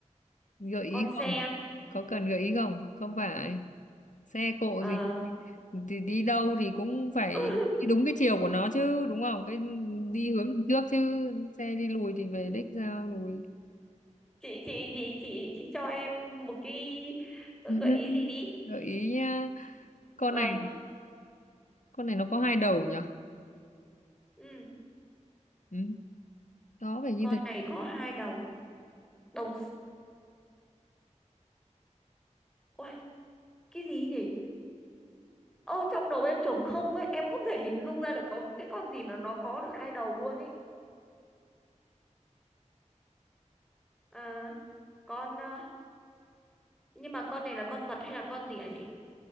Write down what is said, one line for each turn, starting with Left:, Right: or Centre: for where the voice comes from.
Left: gợi ý
Centre: con
Left: không
Centre: xe
Left: có cần gợi ý không không phải xe cộ
Centre: ờ
Left: gì thì đi đâu thì cũng phải
Centre: <laughs>
Left: đi đúng cái chiều của nó chứ đúng không cái đi hướng đằng trước chứ xe đi lùi thì về đích sao lùi
Centre: chị chị chị chị chị cho em một cái
Left: <laughs>
Centre: gợi ý gì đi
Left: gợi ý nhá con
Centre: vâng
Left: này con này nó có hai đầu nhở
Centre: ừ
Left: ừ. đó phải như
Centre: con
Left: thế
Centre: này có hai đầu đầu s- Ôi, cái gì nhỉ ơ trong đầu em trống không ấy em không thể hình dung ra được có cái con gì mà nó có được hai đầu luôn ấy à, con ờ, nhưng mà con này là con vật hay là con gì hả chị